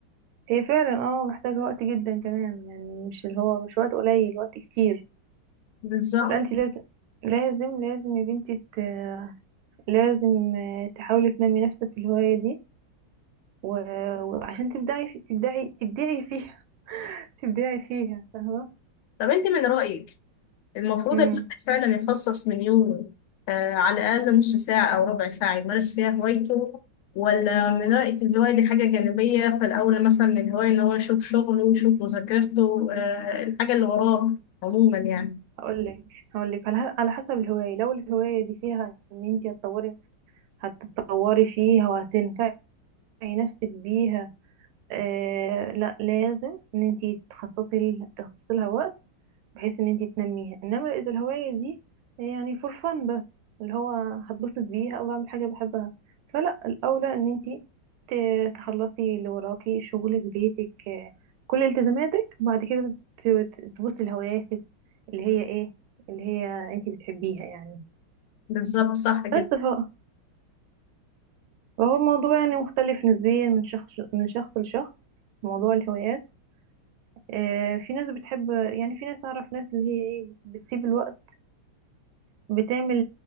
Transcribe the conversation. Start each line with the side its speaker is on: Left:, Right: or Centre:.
Right: هي فعلا اه محتاجة وقت جدا كمان يعني مش اللي هو مش وقت قليل وقت كتير
Left: بالظبط
Right: لا انتي لازم لازم لازم يا بنتي ت... لازم تحاولي تنمي نفسك في الهواية دي و- وعشان تبدعي في تبدعي تبدعي فيها <laughs> تبدعي فيها فاهمة
Left: طب انت من رأيك المفروض
Right: امم
Left: الواحد فعلا يخصص من يومه آه على الأقل نص ساعة أو ربع ساعة يمارس فيها هوايته ولا من رأيك الهواية دي حاجة جانبية فالأول مثلا من الهواية إن هو يشوف شغله ويشوف مذاكرته آه الحاجة اللي وراه عموما يعني
Right: هقول لك هقول لك على على حسب الهواية لو الهواية دي فيها ان انت هتطوري هتتطوري فيها وهتنفعي نفسك بيها آه لا لازم ان انت تخصصي تخصصي لها وقت بحيث ان انت تنميها انما اذا الهواية دي يعني فور فن بس اللي هو هتبسط بيها او بعمل حاجة بحبها فلا الاولى ان انت ت- تخلصي اللي وراكي شغلك بيتك آه، كل التزاماتك وبعد كده ت- ت- تبصي لهواياتك اللي هي ايه اللي هي انت بتحبيها يعني
Left: بالظبط صح جدا
Right: بس ف- فهو الموضوع يعني مختلف نسبيا من شخص من شخص لشخص موضوع الهوايات آه، في ناس بتحب يعني في ناس أعرف ناس اللي هي إيه بتسيب الوقت بتعمل